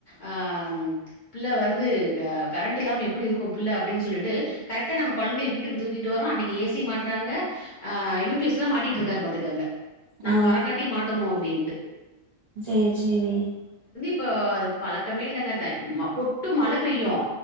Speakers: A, on the left (about 40°); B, on the right (about 65°).
A: அஹ் பிள்ள வருது அ கரண்ட் இல்லாம எப்பிடி இருக்கு பிள்ள அப்டின் சொல்லிட்டு கரெக்டா நாங்க கொழந்தைய வீட்டுக்கு தூக்கிட்டு வரோ அன்னைக்கு ஏசி மாட்றாங்க ஆ யூ பி எஸ் ல மாட்டிட்டு இருக்காரு பாத்துக்காங்க நாங்க
B: ஆ
A: வரங் காட்டி மாட்டணும் அப்படின்னு
B: சேரி சேரி
A: ப்போ அதுக்கு பழக்கமே இல்லங்க த மா கொட்டு மழை பெய்யு